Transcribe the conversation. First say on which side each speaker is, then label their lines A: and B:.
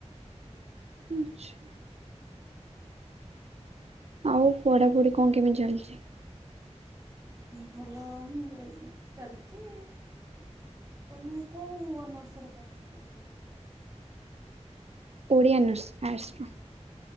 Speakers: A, on the right; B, on the right.
A: ଆଚ୍ଛା ଆଉ ପଢାପଢି କଣ କେମିତି ଚାଲିଛି?
B: ଭଲ ହିଁ ଚାଲିଛି ତମେ କୋଉ ଅନର୍ସରେ ପାଠ ପଢୁଥିଲ?
A: ଓଡ଼ିଆ ଅନର୍ସ ଆର୍ଟ୍ସର